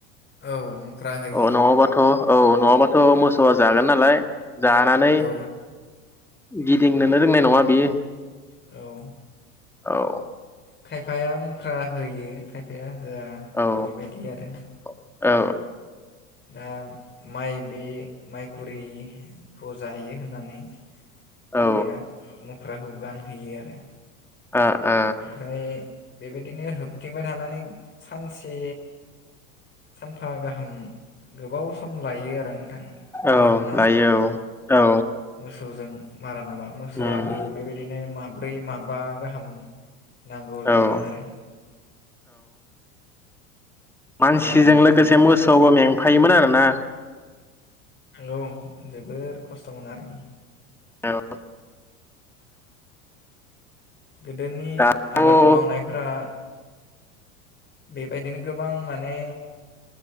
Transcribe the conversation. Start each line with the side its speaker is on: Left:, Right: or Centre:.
Left: औ मुख्रा होयो
Centre: अ नङाबाथ' औ नङाबाथ' मोसौआ जागोन नालाय जानानै
Left: औ
Centre: गिदिंनोनो रोंनाय नङा। बियो
Left: औ
Centre: औ
Left: खायफाया मुख्रा होयो खायफाया होया
Centre: औ
Left: बेबायदि आरो
Centre: औ ओ
Left: दा माइ बे माइखुरिखौ जायो होननानै खायफाया
Centre: औ ओ
Left: मु ख्राखौ गानहोयो आरो
Centre: ओ ओ
Left: ओमफ्राय बेबायदिनो होबथिंबाय थानानै सानसे सानफा गाहाम गोबाव सम लायो आरो नोंथां
Centre: औ
Left: मोन ना
Centre: लायो औ
Left: मोसौजों मारानाबा मोसौआबो
Centre: उम
Left: बेबायदिनो मा बै माबा गाहाम नांगौ जायोमोन
Centre: औ औ
Left: आरो
Centre: मानसिजों
Left: मारा नानो
Centre: लोगोसे
Left: थाखाय
Centre: मोसौआवबो मेंफायोमोन आरोना
Left: औ जोबोर खस्थमोन आरोखि
Centre: औ
Left: गोदोनि
Centre: दाथ'
Left: आबाद मावनायफोरा बेबायदिनो गोबां माने